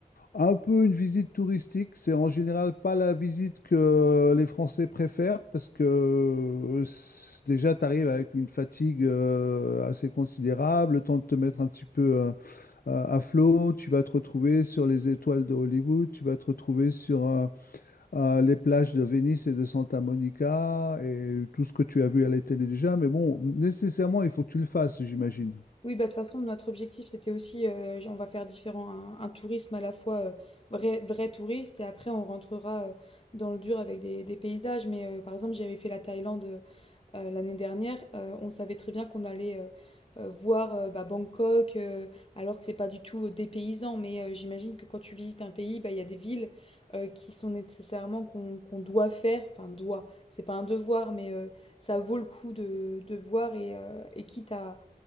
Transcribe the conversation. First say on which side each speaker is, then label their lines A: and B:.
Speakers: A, on the left; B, on the left.
A: un peu une visite touristique, c'est en général pas la visite que les Français préfèrent parce que euh, c'est- déjà tu arrives avec une fatigue euh, assez considérable, le temps de te mettre un petit peu euh, à à flot, tu vas te retrouver sur les étoiles de Hollywood, tu vas te retrouver sur euh, euh, les plages de Venise et de Santa Monica et tout ce que tu as vu à la télé déjà, mais bon, nécessairement il faut que tu le fasses, j'imagine.
B: Oui, bah, de toute façon, notre objectif, c'était aussi, euh, on va faire différent, un, un tourisme à la fois euh, vrai, vrai touriste, et après, on rentrera euh, dans le dur avec des, des paysages. Mais euh, par exemple, j'avais fait la Thaïlande euh, euh, l'année dernière, euh, on savait très bien qu'on allait euh, euh, voir euh, bah, Bangkok, euh, alors que c'est pas du tout euh, des paysans. Mais euh, j'imagine que quand tu visites un pays, bah, il y a des villes euh, qui sont nécessairement qu'on qu'on doit faire, enfin, doit, c'est pas un devoir, mais euh, ça vaut le coup de, de voir, et, euh, et quitte à